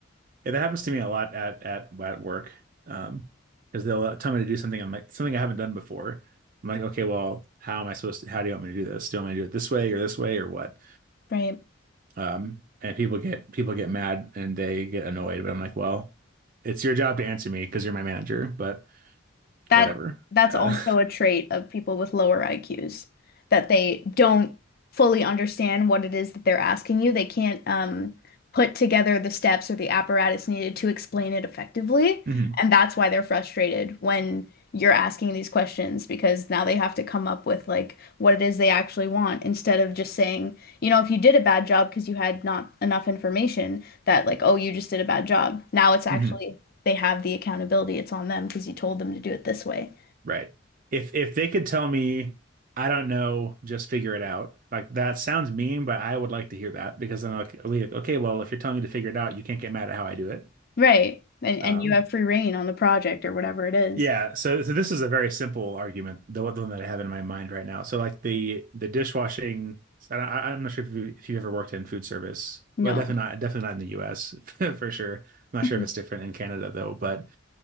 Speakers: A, on the right (about 45°); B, on the left (about 50°).
A: Yeah, that happens to me a lot at at at work. Um, because they'll tell me to do something I'm like something I haven't done before. I'm like, okay, well, how am I supposed to? How do you want me to do this? Do you want me to do it this way or this way or what?
B: Right.
A: Um, and people get people get mad and they get annoyed, but I'm like, well, it's your job to answer me because you're my manager, but
B: That
A: whatever.
B: that's
A: Uh,
B: also a trait of people with lower IQs that they don't fully understand what it is that they're asking you. They can't um, put together the steps or the apparatus needed to explain it effectively,
A: <laughs>
B: and that's why they're frustrated when you're asking these questions because now they have to come up with like what it is they actually want instead of just saying, you know, if you did a bad job because you had not enough information that like, oh, you just did a bad job. Now it's actually
A: hmm
B: they have the accountability. It's on them because you told them to do it this way.
A: Right. If if they could tell me, I don't know, just figure it out. Like that sounds mean, but I would like to hear that because then I'll, I'll be like, okay, well, if you're telling me to figure it out, you can't get mad at how I do it.
B: Right. And
A: Um,
B: and you have free reign on the project or whatever it is.
A: yeah. So so this is a very simple argument, the, one- the one that I have in my mind right now. So like the the dishwashing. I, don't- I- I'm not sure if you if you've ever worked in food service.
B: No.
A: Well, definitely not definitely not in the U.S. <laughs> for sure. I'm not
B: Mhm.
A: sure if it's different in Canada though, but.